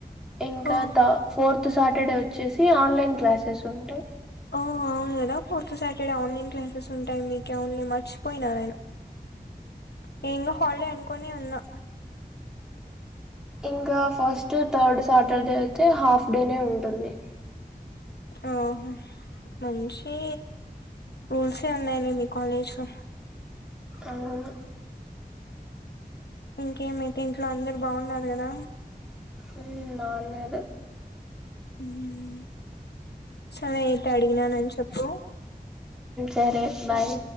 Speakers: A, in the centre; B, on the left.
A: ఇంకా
B: ఓ
A: తా ఫోర్త్ సాటర్డే వచ్చేసి ఆన్లైన్ క్లాసెస్ ఉంటాయి
B: ఓ అవును కదా ఫోర్త్ సాటర్డే ఆన్లైన్ క్లాసెస్ ఉంటాయి మీకే అవునులే మర్చిపోయినా నేను నేను హాల్డే అనుకునే ఉన్నా
A: ఇంకా ఫస్ట్ థర్డ్ సాటర్డే అయితే హాఫ్ డేనే ఉంటుంది
B: ఓహో మంచీ రూల్సే ఉన్నాయిలే మీ కాలేజ్ లో
A: అవును
B: ఇంకేమైతే ఇంట్లో అందరు బాగున్నారు కదా
A: హ్మ్ బాగున్నారు
B: మ్మ్ సరే అయితే అడిగినానని చెప్పు
A: సరే బాయ్